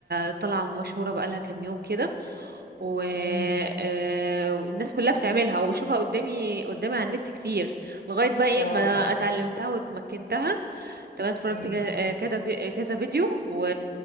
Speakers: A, on the right (about 70°); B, on the left (about 55°).
A: طالعة مشهورة بقالها كام يوم كده و-
B: امم
A: آه، والناس كلها بتعملها وبشوفها قدامي قدامي على النت كتير لغاية بقى ايه
B: اه
A: ما اتعلمتها واتمكنتها تمام اتفرجت
B: امم
A: كا- آه، كذا في- آه، كذا فيديو و...